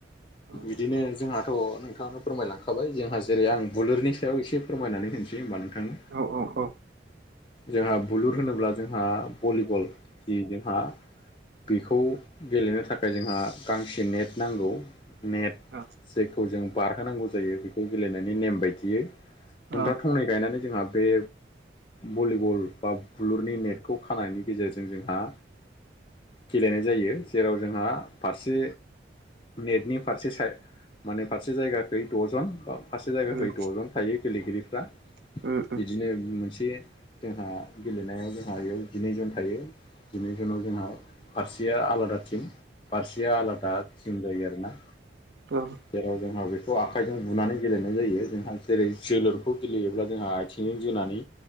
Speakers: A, on the right (about 65°); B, on the left (about 30°).
A: औ
B: बिदिनो जोंहाथ' नोंथांनो फोरमायलांखाबाय जोंहा जेरै आं बुलुरनि सायाव एसे फोरमायनानै होनसै होमबा नोंथांनो
A: औ औ औ
B: जोंहा बुलुर होनोब्ला जोंहा भलिबल जि जोंहा बेखौ गेलेनो थाखाय जोंहा गांसे नेट नांगौ नेट
A: औ
B: जेखौ जों बारहोनांगौ जायो बेखौ गेलेनायनि नेम बायदियै खुन्थाथावनाय
A: औ
B: गायनानै जोंहा बे भलिबल बा बुलुरनि नेटखौ खानायनि गेजेरजों जोंहा गेलेनाय जायो जेराव जोंहा फारसे नेटनि फारसे माने फारसे जायगाखै द'जन फारसे जायगाखै
A: उम
B: द'जन थायो गेलेगिरिफ्रा
A: उम
B: बिदिनो मोनसे जोंहा गेलेनायाव जोंहा बेयाव जिनैजन थायो जिनै जुनाव जोंहा फारसेया आलादा टिम फारसेया आलादा थिम जायो आरो ना।
A: औ
B: जेराव जोंहा बेखौ आखाइजों बुनानै गेलेनाय जायो जोंहा जेरै जोलुरखौ गेलेयोब्ला जोंहा आथिंजों जोनानै